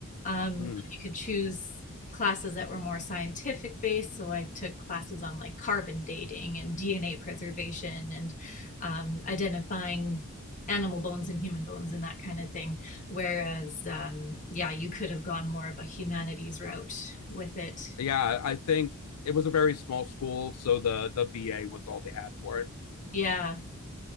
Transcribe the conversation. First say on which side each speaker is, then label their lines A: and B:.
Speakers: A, on the left (about 35°); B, on the left (about 85°).
A: Um,
B: Mm.
A: you could choose classes that were more scientific based. So I took classes on like carbon dating and DNA preservation and um, identifying animal bones and human bones and that kind of thing. Whereas, um, yeah, you could have gone more of a humanities route with it.
B: Yeah, I think it was a very small school, so the the BA was all they had for it.
A: Yeah,